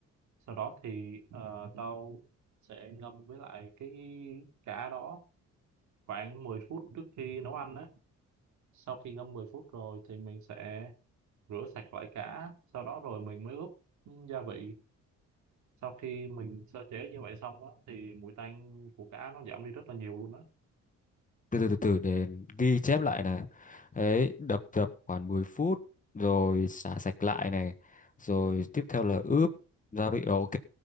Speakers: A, on the right (about 70°); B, on the left (about 25°).
A: sau đó thì ờ, tao sẽ ngâm với lại cái chả đó khoảng 10 phút trước khi nấu ăn á sau khi ngâm mười phút rồi thì mình sẽ rửa sạch lại chả sau đó rồi mình mới ướp ừm, gia vị sau khi mình sơ chế như vậy xong á thì mùi tanh của cá nó giảm đi rất là nhiều luôn á
B: từ từ từ từ để ghi chép lại này đấy đập dập khoảng mười phút rồi xả sạch lại này rồi tiếp theo là ướp gia vị Ồ, ok